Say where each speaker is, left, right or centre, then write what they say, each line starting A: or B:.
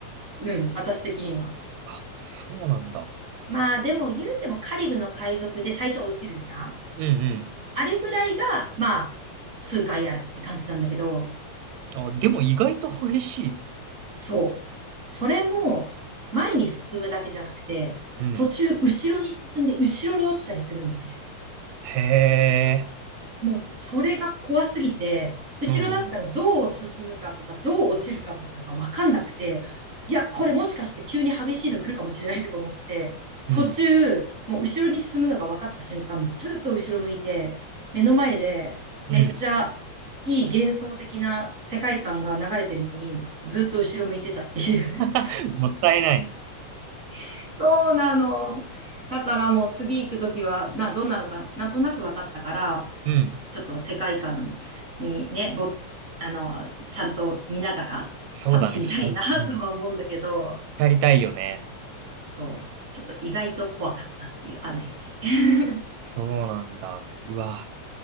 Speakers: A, on the right; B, on the right.
A: うん、私的には。
B: あ、そうなんだ。
A: まあでも言うてもカリブの海賊で最初落ちるじゃん
B: うん、
A: あれぐらいが、まあ、数回あるって感じなんだけど、
B: うん。あ、でも意外と激しい。
A: そう。それも、前に進むだけじゃなくて、
B: うん。
A: 途中後ろに進んで後ろに落ちたりするのね。
B: へえ、
A: もうそれが怖すぎて、後ろだったらどう進むかとか、
B: うん、うん、
A: どう落ちるかとかがわかんなくて、いや、これもしかして急に激しいの来るかもしれないとか思って、
B: うん、
A: 途中、もう後ろに進むのが分かった瞬間、ずっと後ろ向いて、目の前でめっちゃいい幻想的な世界観が流れてるのに、
B: うん。
A: ずっと後ろ向いてたっていう。
B: <laughs> もったいない。
A: <laughs> そうなの。だからもう次行くときは、まあどんなのかなんとなく分かったから、
B: うん。
A: ちょっと世界観にね、ぼ、あの、ちゃんと見ながら楽しみたいな
B: そうだね、光。
A: <laughs>
B: うん
A: とは思うんだけど、
B: やりたいよね。
A: そう、ちょっと意外と怖かったっていうアナ雪。<laughs>
B: そうなんだ。うわ。